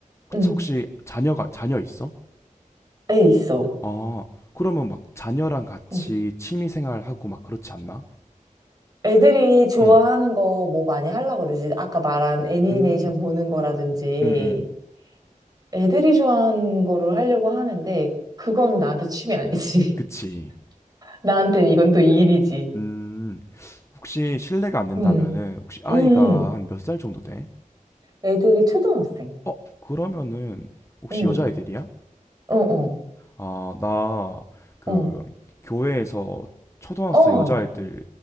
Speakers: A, on the right; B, on the left.
A: 응,
B: 혹시 자녀가 자녀 있어?
A: 애 있어.
B: 아, 그러면 막 자녀랑 같이
A: 응.
B: 취미 생활하고 막 그렇지 않나?
A: 애들이 좋아하는
B: 응,
A: 거 뭐 많이 하려고 그러지? 아까 말한 애니메이션
B: 음,
A: 보는 거라든지
B: 응, 응.
A: 애들이 좋아하는 거를 하려고 하는데 그거는 나한테 취미 아니지.
B: 그치.
A: <laughs> 나한테는 이건 또 일이지.
B: 음, 혹시 실례가 안 된다면은,
A: 음,
B: 혹시 아이가
A: 음, 음.
B: 한 몇 살 정도 돼?
A: 애들이 초등학생.
B: 어, 그러면은, 혹시
A: 음,
B: 여자애들이야?
A: 어, 어,
B: 아, 나, 그,
A: 어,
B: 교회에서 초등학생
A: 어,
B: 여자애들